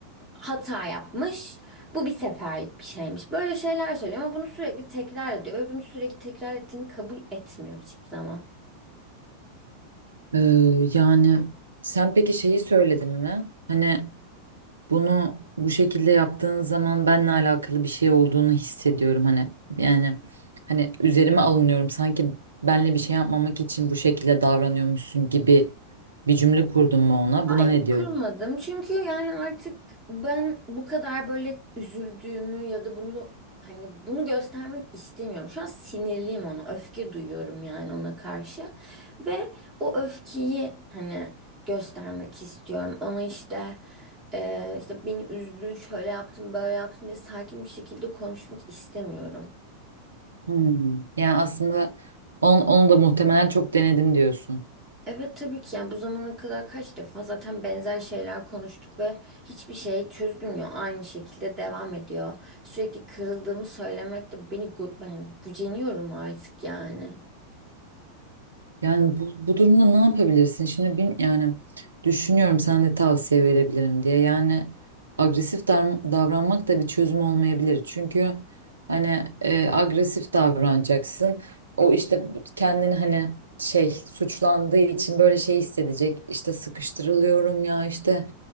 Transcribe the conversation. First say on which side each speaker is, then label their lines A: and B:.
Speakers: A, on the right; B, on the right.
A: hata yapmış. Bu bir seferlik bir şeymiş. Böyle şeyler söylüyor ama bunu sürekli tekrar ediyor ve bunu sürekli tekrar ettiğini kabul etmiyor hiçbir zaman.
B: Ee, yani sen peki şeyi söyledin mi? Hani bunu bu şekilde yaptığın zaman benle alakalı bir şey olduğunu hissediyorum. Hani yani hani üzerime alınıyorum. Sanki benle bir şey yapmamak için bu şekilde davranıyormuşsun gibi bir cümle kurdun mu ona?
A: Hayır
B: Buna ne diyor?
A: kurmadım. Çünkü yani artık ben bu kadar böyle üzüldüğümü ya da bunu hani bunu göstermek istemiyorum. Şu an sinirliyim ona. Öfke duyuyorum yani ona karşı. Ve o öfkeyi hani göstermek istiyorum. Ona işte e, işte beni üzdün, şöyle yaptın, böyle yaptın diye sakin bir şekilde konuşmak istemiyorum.
B: Hmm. Yani aslında on, onu da muhtemelen çok denedim diyorsun.
A: Evet tabii ki yani bu zamana kadar kaç defa zaten benzer şeyler konuştuk ve hiçbir şey çözülmüyor. Aynı şekilde devam ediyor. Sürekli kırıldığımı söylemek de beni gü- ben güceniyorum artık yani.
B: Yani bu, bu durumda ne yapabilirsin? Şimdi bin, yani düşünüyorum sen de tavsiye verebilirim diye. Yani agresif dar- davranmak da bir çözüm olmayabilir. Çünkü hani e, agresif davranacaksın. O işte kendini hani şey suçlandığı için böyle şey hissedecek. İşte sıkıştırılıyorum ya işte